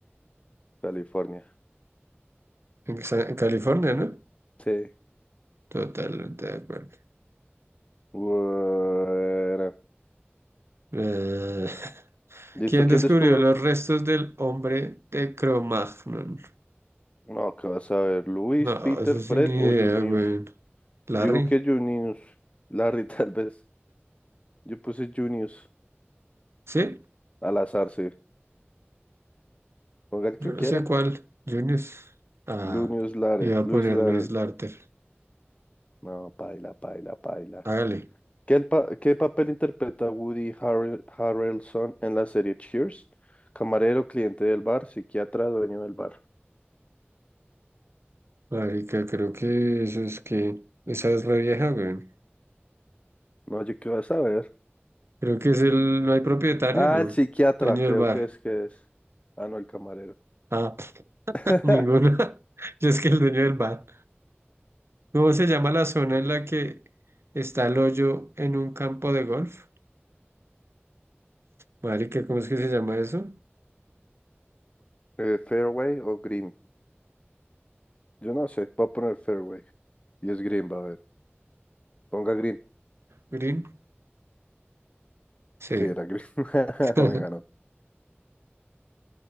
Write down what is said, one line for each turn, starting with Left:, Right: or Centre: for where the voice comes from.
Left: California.
Right: En Sa- en California, ¿no?
Left: Sí.
Right: Totalmente de acuerdo.
Left: Bueno.
Right: Eh, <laughs>
Left: ¿Listo?
Right: ¿quién
Left: ¿Quién
Right: descubrió
Left: descubro?
Right: los restos del hombre de Cro-Magnon?
Left: No, qué vas a ver? ¿Luis,
Right: No,
Left: Peter,
Right: eso
Left: Fred
Right: sí ni
Left: o
Right: idea,
Left: Junius?
Right: güey. ¿Larry?
Left: Digo que Junius. Larry, <laughs> tal vez. Yo puse Junius.
Right: ¿Sí?
Left: Al azar, sí. Ponga el
Right: Yo
Left: que
Right: no
Left: quiera.
Right: sé cuál. Junius. Ah,
Left: Lunius Lared.
Right: iba a
Left: Luis
Right: poner
Left: Lared.
Right: Luis Larter.
Left: No, paila, paila, paila.
Right: Hágale.
Left: ¿Qué, el pa- qué papel interpreta Woody Harrel- Harrelson en la serie Cheers? Camarero, cliente del bar, psiquiatra, dueño del bar.
Right: Marica, creo que eso es que... Esa es la vieja, güey.
Left: No, yo qué vas a ver.
Right: Creo que es el... No hay propietario,
Left: Ah,
Right: ¿no?
Left: el psiquiatra,
Right: Dueño
Left: creo
Right: del bar.
Left: que es que es. Ah, no, el camarero.
Right: Ah, <laughs>
Left: <laughs>
Right: ninguno. <laughs> Yo es que el dueño del bar. ¿Cómo se llama la zona en la que está el hoyo en un campo de golf? Marica, ¿cómo es que se llama eso?
Left: Eh, ¿Fairway o Green? Yo no sé, voy a poner Fairway. Y es Green, va a ver. Ponga Green.
Right: Green. Sí.
Left: Sí, era Green. <laughs>
Right: <laughs>
Left: Me ganó.